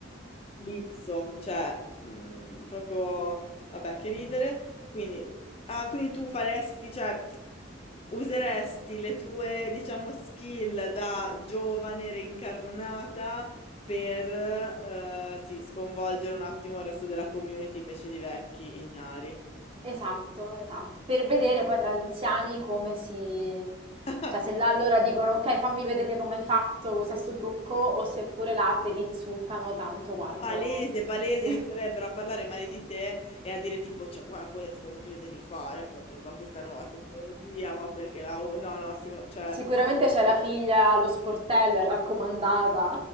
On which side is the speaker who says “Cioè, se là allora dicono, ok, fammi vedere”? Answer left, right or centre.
Right